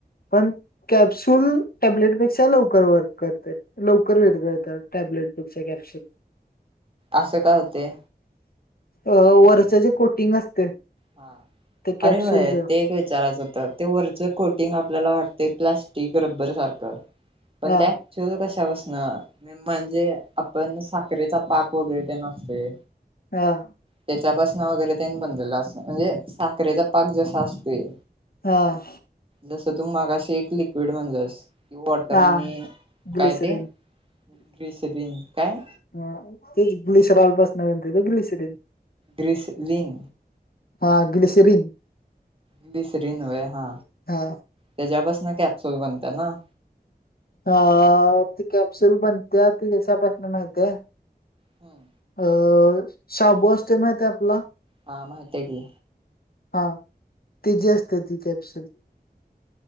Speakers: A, on the left (about 65°); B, on the right (about 35°).
A: पण कॅप्सूल टॅबलेटपेक्षा लवकर वर्क करते. लवकर विरघळतात टॅब्लेट पेक्षा कॅप्सुल.
B: असं का होते?
A: अ वरच जे कोटिंग असते
B: हा
A: ते कॅप्सूलच
B: अरे होय ते एक विचारायचं होतं ते वरच कोटिंग आपल्याला वाटते प्लास्टिक रब्बर सारखं
A: हा
B: पण त्या ऍक्च्युअल कशापासन म्हणजे आपण साखरेचा पाक वगैरे ते नसते.
A: हां
B: त्याच्यापासनं वगैरे त्यांनी बनलेलं असत म्हणजे साखरेचा पाक जसा असतोय
A: हां
B: जसं तू मागा असे एक लिक्विड म्हणलंस. कि वॉटर
A: हा
B: आणि
A: ग्लिसरीन
B: काय ते डिस बिन काय?
A: हा ते गुळीशरा अलबास नवंत गिशरन
B: ग्रिसलिन
A: हा ग्लिसरीन
B: ग्लिसरीन हा
A: हा
B: त्याच्यापासन कॅप्सुल बनत ना?
A: हा ती कॅप्सुल बनते ती त्याच्यापासून माहतीय.
B: हां
A: अ शाबू असते माहित आहे आपला
B: हा माहितय की.
A: हा त जी असते ती कॅप्सल